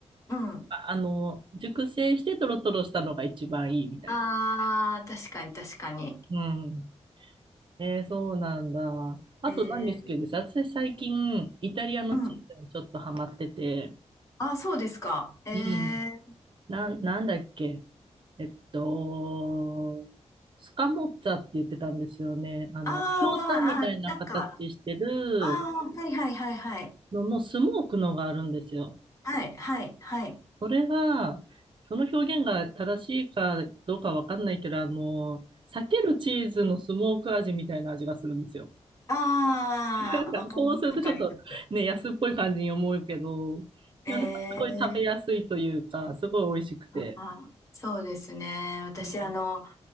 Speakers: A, on the left; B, on the right.
A: うん。
B: あ、あの、熟成してトロトロしたのが一番いいみたいな。
A: ああ、確かに、確かに。
B: うん。えー、そうなんだ。あと何好きです私最近、
A: えー、
B: イタリアのチーズにちょっとハマってて、
A: うん。あ、そうですか。えー、
B: うん。なん、なんだっけえっと、スカモッツァって言ってたんですよね。あの、
A: ああ、
B: ひょうたんみたいな形してる
A: あ、なんか、ああ、はいはいはいはい。
B: ののスモークのがあるんですよ。
A: はい、はい、はい。
B: それが、その表現が正しいかどうかわかんないけど、あの、避けるチーズのスモーク味みたいな味がするんですよ。
A: ああ、
B: <laughs> なんかそうするとちょっとね、
A: わかります、わかります。
B: 安っぽい感じに思うけど、いや、
A: え
B: なんかすごい食べやすいというか、
A: ー
B: すごい美味しくて。
A: あーそうですね。私、
B: うん
A: あの、